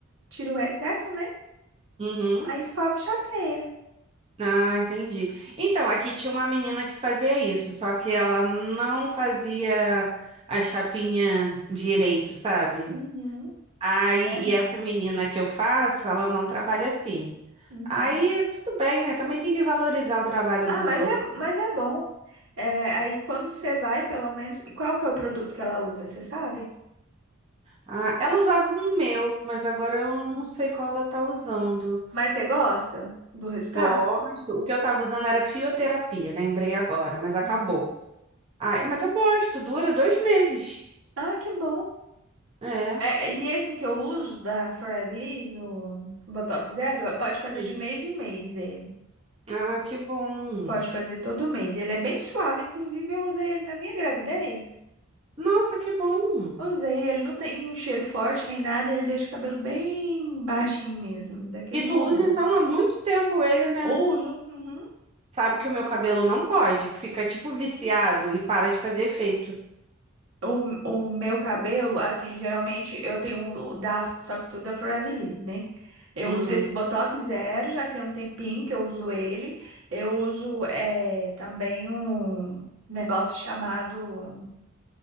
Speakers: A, on the right; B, on the right.
A: tiro o excesso, né?
B: Uhum.
A: Aí escova e chapeia.
B: Ah, entendi. Então, aqui tinha uma menina que fazia isso, só que ela não fazia a chapinha direito, sabe?
A: Uhum.
B: Aí,
A: É ruim.
B: e essa menina que eu faço, ela não trabalha assim.
A: Uhum.
B: Aí, tudo bem, né? Também tem que valorizar o trabalho
A: Ah,
B: dos
A: mas
B: outros.
A: é, mas é bom. É, aí quando você vai, pelo menos. e Qual que é o produto que ela usa, você sabe?
B: Ah, ela usava um meu, mas agora eu não
A: Hum.
B: sei qual ela tá usando.
A: Mas você gosta do resultado?
B: Gosto. O que eu tava usando era fioterapia, lembrei agora, mas acabou.
A: Não.
B: Ai, mas eu gosto, dura dois meses.
A: Ah, que bom.
B: É.
A: É, e esse que eu uso da Forever Liss, o Botox Zero, pode fazer
B: Hum.
A: de mês em mês ele.
B: Ah, que bom.
A: Pode fazer todo mês. Ele é bem suave, inclusive eu usei ele na minha gravidez.
B: Nossa, que bom.
A: Usei, ele não tem um cheiro forte nem nada, ele deixa o cabelo bem baixinho mesmo, daquele
B: E tu
A: modelo.
B: usa então há muito tempo ele, né?
A: Uso. uhum.
B: Sabe que o meu cabelo não pode, que fica tipo viciado e para de fazer efeito.
A: O, o meu cabelo, assim, geralmente eu tenho o da, só que tudo da Forever Liss, né? Eu
B: Uhum.
A: uso esse Botox Zero, já tem um tempinho que eu uso ele. Eu uso é, também um negócio chamado